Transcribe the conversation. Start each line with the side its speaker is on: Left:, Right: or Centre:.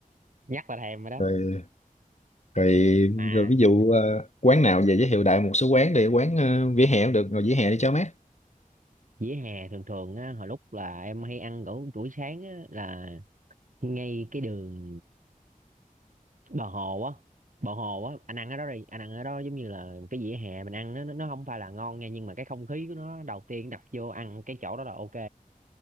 Right: nhắc là thèm rồi đó
Left: rồi rồi,
Right: mà
Left: rồi ví dụ ờ, quán nào về giới thiệu đại một số quán đi quán ờ, vỉa hè cũng được rồi vỉa hè đi cho mát
Right: dĩa hè thường thường á hồi lúc là em hay ăn ở buổi sáng á là ngay cái đường bờ hồ á bờ hồ á anh ăn ở đó đi anh ăn ở đó giống như là cái vỉa hè mình ăn nó nó nó không phải là ngon nha nhưng mà cái không khí của nó đầu tiên đập vô ăn cái chỗ đó là ok